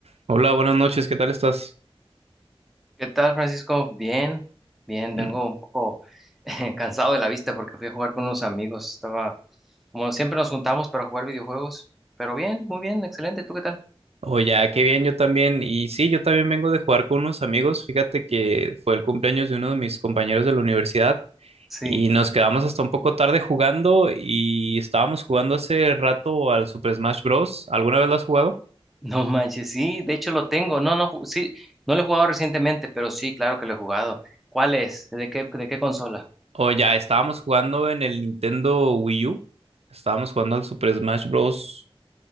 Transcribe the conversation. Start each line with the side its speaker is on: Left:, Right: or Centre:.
Right: Hola, buenas noches, ¿qué tal estás?
Centre: ¿Qué tal, Francisco? Bien, bien, vengo
Right: Mm,
Centre: un poco <laughs> cansado de la vista porque fui a jugar con unos amigos. Estaba, como siempre nos juntamos para jugar videojuegos, pero bien, muy bien, excelente. ¿Tú qué tal?
Right: Oye, ah, qué bien, yo también. Y sí, yo también vengo de jugar con unos amigos. Fíjate que fue el cumpleaños de uno de mis compañeros de la universidad
Centre: Sí.
Right: y nos quedamos hasta un poco tarde jugando y estábamos jugando hace rato al Super Smash Bros. ¿Alguna vez lo has jugado?
Centre: No manches, sí, de hecho lo tengo. No, no, ju- sí, no lo he jugado recientemente, pero sí, claro que lo he jugado. ¿Cuál es? ¿De qué, de qué consola?
Right: O ya, estábamos jugando en el Nintendo Wii U. Estábamos jugando al Super Smash Bros.